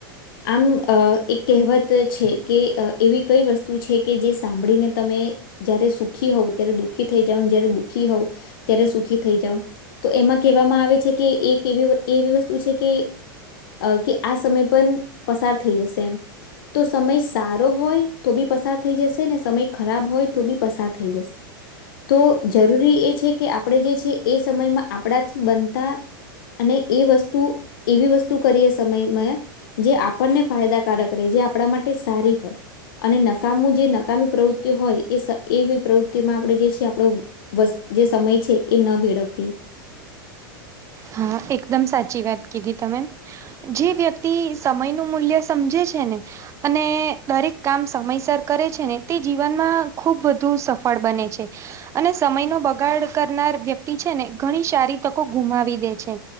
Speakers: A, on the left (about 70°); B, on the right (about 25°).
A: આમ એક કહેવત છે કે એવી કઈ વસ્તુ છે, કે જે... સાંભળીને તમે જયારે સુખી હોવ ત્યારે દુઃખી થઈ જાવને જયારે દુઃખી હોવ, ત્યારે સુખી થઈ જાવ. તો એમાં કેહેવામાં આવે છે કે એક એવી એવી વસ્તુ છે, કે.... અ કે આ સમય પણ પસાર થઈ જશે એમ. તો સમય સારો હોય તો બી પસાર થઈ જશે. ને સમય ખરાબ હોય તો બી પસાર થઈ જશે. તો જરૂરી એ છે કે આપણે જે છે એ સમયમાં આપણાથી બનતા... અને એ વસ્તુ એવી વસ્તુ કરીએ સમયમાં જે આપણને ફાયદાકારક રહે જે... આપડા માટે સારી હોય અને નકામું જે... નકામી પ્રવૃત્તિઓ હોય એ એવી પ્રવૃત્તિમાં આપણેે જે છે આપણ વસ્ જે સમય છે એ ન વેળવીએ.
B: હા, એકદમ સાચી વાત કીધી તમે. જે વ્યક્તિ સમય નું મૂલ્ય સમજે છે ને, અને દરેક કામ.. સમયસર કરે છે ને, તે જીવનમાં ખૂબ વધુ સફળ બને છે. અને સમયનો બગાડ કરનાર વ્યક્તિ છે ને, ઘણી સારી તકો ગુમાવી દે છે.